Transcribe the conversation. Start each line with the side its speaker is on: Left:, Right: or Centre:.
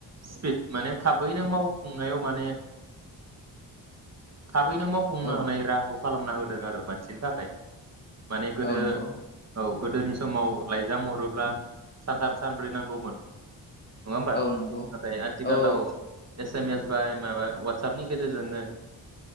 Right: स्पिड माने थाबैनो मावफुंनायाव माने थाबैनो मावफुंनो
Left: औ
Right: हानाय राहाखौ खालामना होदों आरो मानसिनि थाखाय। माने गोदो
Left: औ नंगौ
Right: औ गोदोनि समाव लाइजाम हरोब्ला सानथाम सानब्रै नांगौमोन नङा होमबा
Left: औ नंगौ
Right: नाथाय आथिखालाव
Left: औ
Right: एस एम एस बाय माबा वाटसापनि गेजेरजोंनो